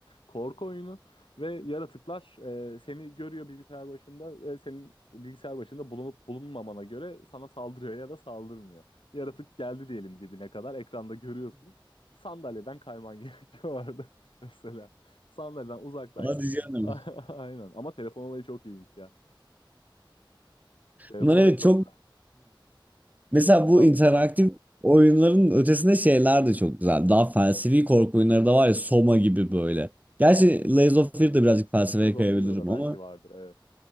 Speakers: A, on the left; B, on the right.
A: Korku oyunu ve yaratıklar e, seni görüyor bilgisayar başında. E, senin bilgisayar başında bulunup bulunmamana göre sana saldırıyor ya da saldırmıyor. Yaratık geldi diyelim dibine kadar. Ekranda görüyorsun. Sandalyeden kayman <laughs> gerekiyor orada mesela. Sandalyeden uzaklaştın.
B: Hadi canım.
A: <laughs> Aynen. Ama telefon olayı çok iyiymiş ya. Telefon
B: Bunlar evet
A: olayı çok...
B: çok Mesela
A: <laughs>
B: bu interaktif oyunların ötesinde şeyler de çok güzel. Daha felsefi korku oyunları da var ya Soma gibi böyle. Gerçi Lies of Fear de birazcık felsefeye
A: Tears of
B: kayabilirim
A: Fear'da da belki
B: ama
A: vardır. Evet.